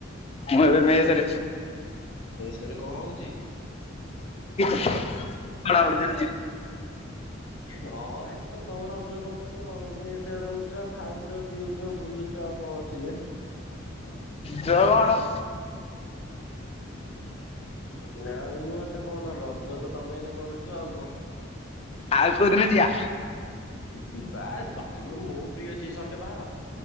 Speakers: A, on the left; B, on the left.
A: ଆମ ମେଶ ରେ
B: ସେଠି କଣ ହଉଛି।
A: ବଡ଼ ବଡିଯଛି
B: ହଁ ଏମି ତ ତମେ ରଜ କରୁଛ ଆଉ ମେଶରେ ରହୁଛ ଖାଉଛ ପିଉଛ ବୁଲ ବୁଲୁଛୁ ଆଉ କଣ ଅଛି ଯେ
A: ରଦଣ
B: ନା ଆଉନୁହେତ କଣ ରଜ ତ ତମେମାନେ କରୁଛ ଆଉ କ
A: ଆଉ କେଉଦିନ ଯିବା
B: ଯିବା ତମେ ମୁଁ ପ୍ରିୟ ଅଛି ସଣ୍ଡେ ବାହାର